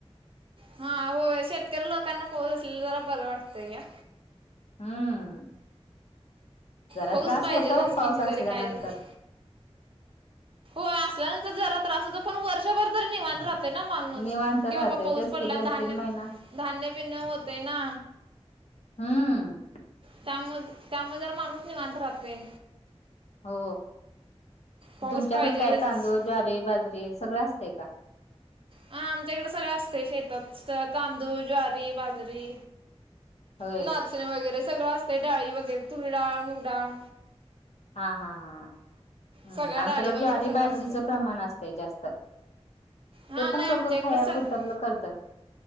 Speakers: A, on the right; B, on the left.
A: हा होय शेतकरी लोकांना पोहोत असलेला जरा बरं वाटतंय या.
B: हम्म जरा
A: पाऊस
B: त्रास
A: पाहिजेलच
B: होतो पाऊस
A: किती जरी
B: असल्यानंतर.
A: काय जरी होय असल्यानंतर जरा त्रास होतो पण वर्षभर तरी निवांत राहत. ते ना माणूस
B: निवांत
A: कि
B: राहतय
A: बाबा पाऊस
B: तेच
A: पडला
B: की दोन
A: धान्य
B: तीन महिना
A: धान्य बिन्य होते ना
B: हम्म.
A: त्यामुळ त्यामुळे जर माणूस निवांत राहते.
B: हो
A: पाऊस
B: तुमच्याकडे
A: पाहिजेलच
B: काय तांदूळ ज्वारी, बाजरीे सगळं असतेय का?
A: आ आमच्याकडें सगळं असते शेतात तांदूळ, ज्वारी, बाजरी
B: होय
A: नाचणे वगैरे सगळं असते डाळी वगैरे तुरी डाळ, मुगडाळ
B: हा हा हा हम्म
A: सगळ्या
B: आमच्याकडं
A: डाळी वगैरे
B: ज्वारी,
A: सगळं
B: बाजरीचं
A: असते
B: प्रमाण अस ते जास्त
A: हा
B: ते
A: नाही
B: पण
A: आमच्या
B: लोकं
A: इकडं
B: खायापुरता
A: सगळं
B: आपलं करतात.